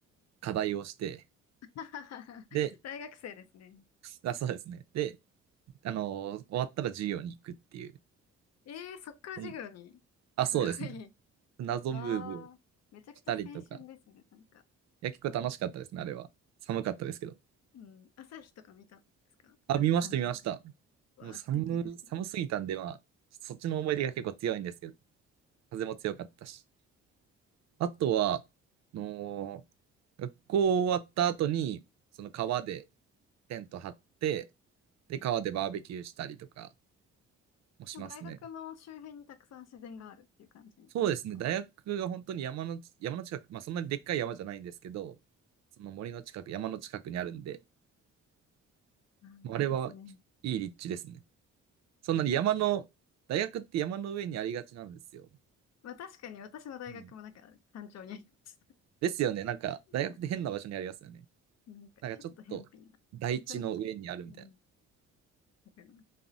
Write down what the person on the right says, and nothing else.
課題をして、
で、
あ、そうですね。で、あのー終わったら授業に行くっていう。
うん、あ、
そうですね。謎ムーブを
したりとか。
いや、結構楽しかったですね、あれは。寒かったですけど。
あ、見ました、見ました。
もう寒、
寒すぎたんで、まあ、そっちの思い出が結構強いんですけど、風も強かったし。あとは、あのー学校終わった後に、その川でテント張って、で、川でバーベキューしたりとかもしますね。
そうですね。大学が本当に山の、山の近く、まあそんなにでっかい山じゃないんですけど、その森の近く、山の近くにあるんで、
もうあれはいい立地ですね。そんなに山の、大学って山の上にありがちなんですよ。
うん。ですよね。なんか、
大学って変な場所にありますよね。
なんかちょっと、台地の上にあるみたいな。